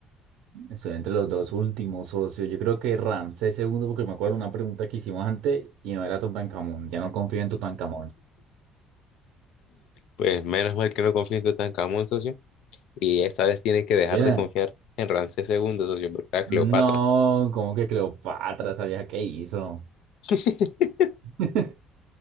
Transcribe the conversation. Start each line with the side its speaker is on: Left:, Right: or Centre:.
Right: Estoy entre los dos últimos, socio. Yo creo que Ramsés segundo, porque me acuerdo una pregunta que hicimos antes y no era Tutankamón. Ya no confío en Tutankamón.
Left: Pues menos mal que no confío en Tutankamón, socio. Y esta vez tiene que dejar
Right: ¿Qué ¿Era?
Left: de confiar
Right: <laughs>
Left: en Ramsés segundo socio, porque era
Right: No,
Left: Cleopatra.
Right: como que Cleopatra, ¿sabías qué hizo?
Left: <laughs>
Right: <laughs>